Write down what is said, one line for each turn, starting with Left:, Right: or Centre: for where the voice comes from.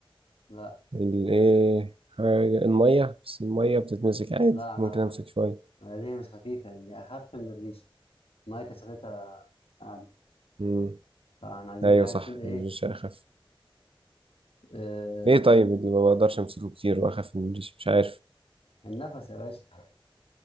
Left: لا
Right: الايه حاجة المية بس المية بتتمسك عادي
Left: لا
Right: ممكن
Left: لا لا
Right: امسك شوية
Left: ما هي دي مش خفيفه يعني هي اخف من الريشه ما هي كثافتها اعلى
Right: مم.
Left: فاحنا عايزين
Right: ايوه
Left: حاجه
Right: صح
Left: تكون ايه
Right: الريش اخف
Left: آه،
Right: ايه طيب اللي ما بقدرش امسكه كتير واخف من الريش مش عارف
Left: النفس يا باشا